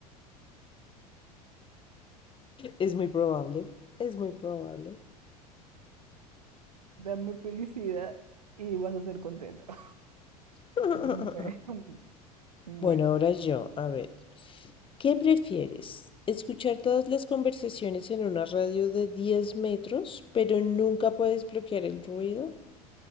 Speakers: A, on the left; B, on the right.
A: Es muy probable, es muy probable.
B: <laughs> Dame felicidad y vas a ser contento. <laughs>
A: <laughs>
B: Bueno. bueno.
A: Bueno, ahora yo, a ver, ¿qué prefieres? ¿Escuchar todas las conversaciones en una radio de 10 metros, pero nunca puedes bloquear el ruido?